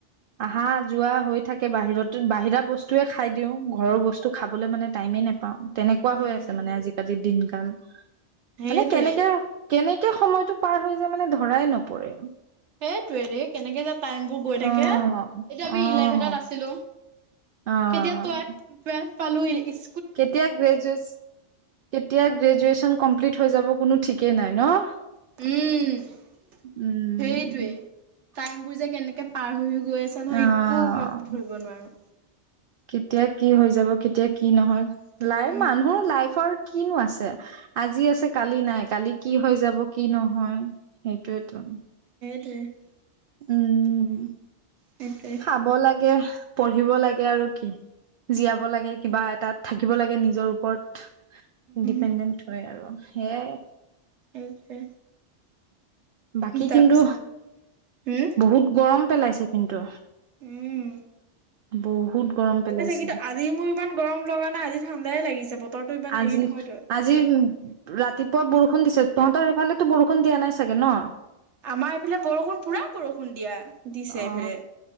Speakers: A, on the right (about 60°); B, on the right (about 80°).
A: আহা যোৱা হৈ থাকে বাহিৰতো বাহিৰা বস্তুয়ে খাই দিওঁ ঘৰৰ বস্তু খাবলৈ মানে টাইমেই নেপাওঁ। তেনেকুৱা
B: উম
A: হৈ আছে মানে আজিকালি দিন কাল
B: সেইটোৱে
A: মানে কেনেকে কেনেক কে সময়তটো পাৰ হৈ যায় মানে ধৰাই নপৰে।
B: সেইটোয়ে ৰে কেনেকে যে টাইম বোৰ গৈ
A: অ',
B: থাকে, এতিয়া মি
A: অ',
B: ইলেভেনত আছিলো
A: অ',
B: কেতিয়া টুৱেল টেল কালি স্কুল
A: কেতিয়া গ্ৰেজ কেতিয়া গ্ৰেজচন কমপ্লিট থৈ যাব কোনো ঠিকেই নাই ন
B: উম সেইটোৱে
A: উম,
B: টাইম বোৰ যে কেনেকে পাৰ হৈ গৈ আছা নহয়
A: অ',
B: একো অলপ ধৰিব নোৱাৰো
A: কেতিয়া কি হৈ যাব কেতিয়া কি নহয় লাইফ
B: উম
A: মানুহ লাইফৰ কিনো আছে আজি আছে কালি নাই কালি কি হৈ যাব কি নহয় সেইটোৱেইতো
B: কেই <unintelligible>
A: উম
B: সেইটোৱে
A: খাব লাগে পঢ়িব লাগে আৰু কি জীয়াব লাগে কিবা এটাত থাকিব লাগে নিজৰ ওপৰত
B: উম
A: ডিপেণ্ডেন্ট হয় আৰু হেইয়াই
B: এইবছে
A: বাকী
B: তাৰপিছত
A: কিন্তু
B: হম
A: বহুত গ গৰম পেলাইছে কিন্তু
B: উম
A: বহুত গৰম পেলাইছে
B: কিন্তু আজি মোৰ ইমান গৰম লগা নাই আজি ঠাণ্ডাই লাগিছে বতৰটো ইমান
A: আজি
B: হেৰি নহয়তো
A: আজি ৰাতিপুৱা বৰষুণ দিছে তহঁতৰ সেইফালে বৰষু দিয়া নাই চাগে ন
B: আমাৰ এইফালে বৰষুণ পুৰা বৰষুণ দিয়া দিছে
A: অ
B: এইফালে